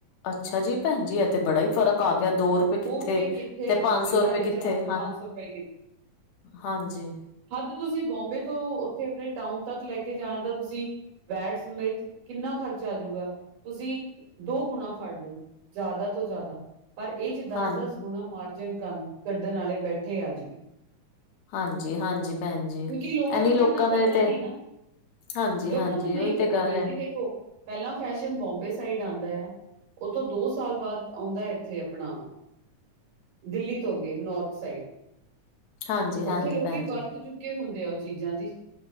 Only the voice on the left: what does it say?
ਅੱਛਾ ਜੀ ਭੈਣ ਜੀ ਏ ਤੇ ਬੜਾ ਈ ਫ਼ਰਕ ਆ ਗਿਆ ਦੋ ਰਪਏ ਕਿੱਥੇ
ਤੇ ਪੰਜ ਸੌ ਰੁਪਏ
ਕਿੱਥੇ
ਹਾਂ
ਹਾਂਜੀ
ਹਾਂ
ਹਾਂਜੀ- ਹਾਂਜੀ ਭੈਨ ਜੀ
ਐਨੀ
ਲੋਕਾਂ
ਦੇ
ਤੇ
ਹਾਂਜੀ
ਹਾਂਜੀ
ਉਹੀ
ਤੇ ਗੱਲ
ਹੈ
ਹਾਂਜੀ ਹਾਂਜੀ
ਭੈਣ ਜੀ